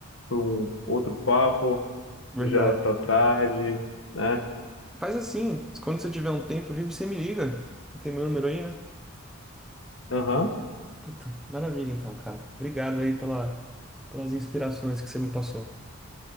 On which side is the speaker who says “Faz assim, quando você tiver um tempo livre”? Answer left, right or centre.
Centre